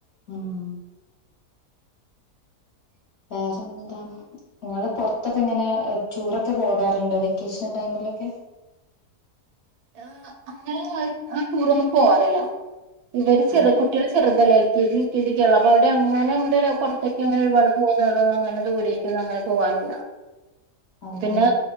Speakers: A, on the left; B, on the right.
A: ഉം <inaudible> വേറെന്താ? നിങ്ങൾ പുറത്തൊക്കെ എങ്ങനെ ടൂറൊക്കെ പോകാറുണ്ടോ? വെക്കേഷൻ ടൈമിലൊക്കെ?
B: ആ, അങ്ങനെ ടുറൊന്നും പോവാറില്ല. ഇവര് ചെറ
A: ഉം
B: കുട്ടികൾ ചെറുതല്ലേ. കി ഇതിരിക്കുള്ള <unintelligible> അപ്പൊ അവര് അങ്ങനെ പുറ ഒക്കെ അങ്ങനെ ഒരുപാട് പോകുന്നതേടെന്നും അങ്ങനെ ദുരേക്കൊന്നും അങ്ങനെ പോവാറില്ല
A: അതെയോ
B: പിന്നെ